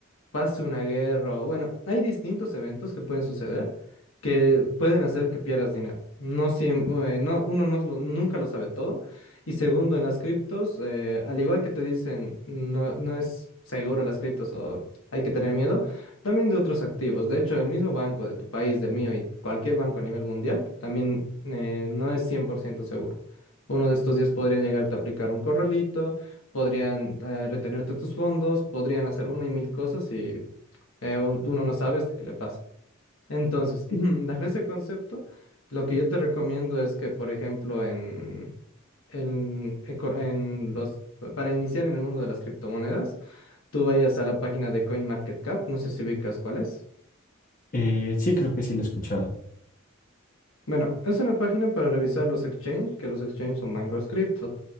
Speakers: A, on the left; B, on the left.
A: pase una guerra o bueno, hay distintos eventos que pueden suceder que pueden hacer que pierdas dinero. No siempre, no, uno no, lo- nunca lo sabe todo. Y segundo, en las criptos, eh, al igual que te dicen, no, no es seguro las criptos o hay que tener miedo, también de otros activos. De hecho, el mismo banco de tu país, del mío y cualquier banco a nivel mundial, también eh, no es 100% seguro. Uno de estos días podrían llegarte a aplicar un corralito podrían eh, retenerte tus fondos, podrían hacer una y mil cosas y eh, u- uno no sabe hasta que le pasa. Entonces, <clears throat> bajo ese concepto, lo que yo te recomiendo es que, por ejemplo, en, en, eco- en los, para iniciar en el mundo de las criptomonedas, tú vayas a la página de CoinMarketCap, no sé si ubicas cuál es.
B: Eh, sí, creo que sí lo he escuchado.
A: Bueno, es una página para revisar los exchanges, que los exchanges son bancos cripto.